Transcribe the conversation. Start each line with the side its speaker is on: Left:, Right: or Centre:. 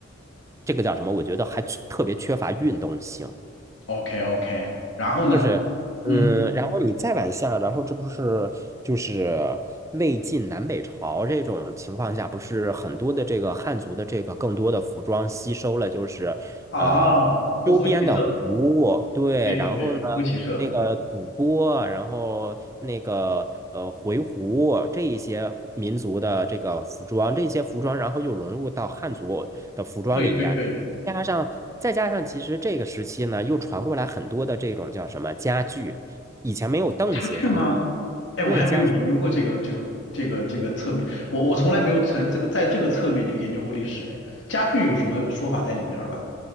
Right: 这个叫什么？我觉得还缺特别缺乏运动性。
Left: ，OK OK，然后呢，
Right: 就是，嗯，
Left: 嗯
Right: 然后你再往下，然后这不是就是魏晋南北朝这种情况下，不是很多的这个汉族的这个更多的服装吸收了，就是呃周边的胡，
Left: 啊，胡服骑射，
Right: 对，
Left: 对对对，
Right: 然后呢
Left: 胡服骑射，
Right: 那个吐蕃，然后那个呃回鹘这一些民族的这个服装，这些服装然后又融入到汉族的服装里边。
Left: 对对对。
Right: 加上再加上，其实这个时期呢，又传过来很多的这种叫什么家具，以前没有凳子和
Left: 家具吗？哎，我还没有研究过这个这个这个这个侧面，
Right: 对家具。
Left: 我我从来没有从这个在这个侧面去研究过历史。哎，家具有什么说法在里面儿吧？